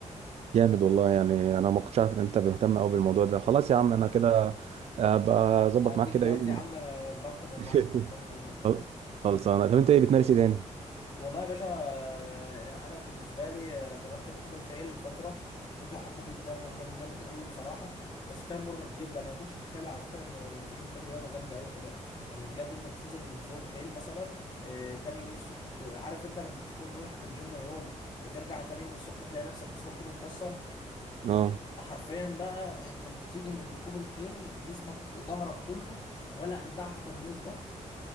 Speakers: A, on the right (about 55°); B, on the left (about 35°).
A: جامد والله يعني انا ما كنتش عارف ان انت مهتم قوي بالموضوع ده خلاص يا عم انا كده ابقى اظبط
B: هديك
A: معاك كده
B: لقيت
A: يوم
B: يا عم آه، بارتنر
A: <laughs>
B: معاك في ميدان الرماية
A: خل- خلصانه طب انت ايه بتمارس ايه تاني
B: والله يا باشا آه، انا بالنسبه لي آه، جربت ركوب الخيل فتره كنت احبه جدا وكان جامد قوي بصراحه بس كان مرهق جدا انا ما كنتش متخيل على فكره ان ركوب الخيل رياضه جامده قوي كده يعني بجد انت بتنزل من فوق الخيل مثلا آه، تاني يوم الصبح بت... عارف انت لما تكون رحت الجيم يوم وترجع تاني يوم الصبح تلاقي نفسك جسمك كله مكسر
A: اه
B: حرفيا بقى انت بتيجي من ركوب الخيل جسمك ظهرك كله ولا اجدعها تمرين الظهر